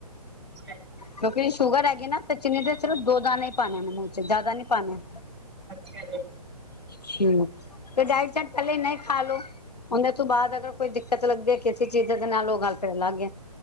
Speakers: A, in the centre; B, on the left (about 85°).
A: ਅੱਛਾ
B: ਕਿਉਂਕਿ ਸ਼ੂਗਰ ਹੈਗੀ ਨਾ ਤੇ ਚੀਨੀ ਦੇ ਸਿਰਫ ਦੋ ਦਾਣੇ, ਪਾਣੇ ਨੇ ਮੂੰਹ ਚ ਜ਼ਿਆਦਾ ਨੀ ਪਾਣੇ।
A: ਅੱਛਾ ਜੀ।
B: ਹਮ ਜਾਈ ਚ ਕੱਲੇ ਨਹੀਂ ਖਾ ਲੋ। ਉਹੇ ਤੋਂ ਬਾਅਦ ਅਗਰ ਕੋਈ ਦਿੱਕਤ ਲੱਗੇ ਕਿਸੇ ਚੀਜ਼ ਦੇ ਨਾਲ ਉਹ ਗੱਲ ਤੇ ਅਲੱਗ ਏ।